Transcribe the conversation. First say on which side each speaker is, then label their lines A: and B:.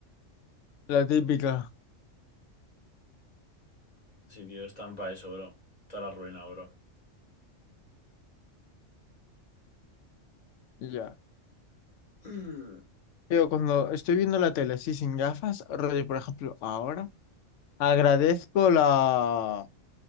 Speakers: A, on the left (about 75°); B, on the left (about 35°).
A: la típica.
B: Sí, tío, estampa eso, bro. Toda la ruina, bro. <clears throat>
A: Ya.
B: Mm.
A: Yo cuando estoy viendo la tele, sí, sin gafas, rollo, por ejemplo, ahora, agradezco la,